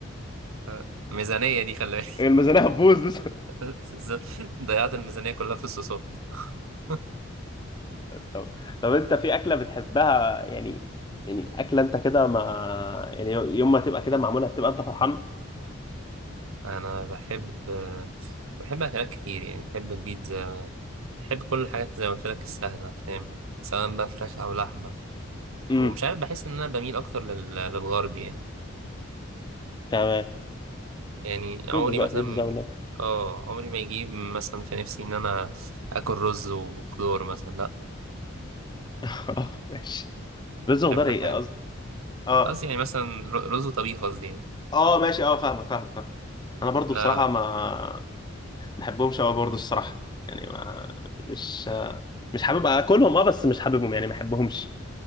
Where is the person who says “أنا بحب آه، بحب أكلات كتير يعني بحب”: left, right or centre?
Right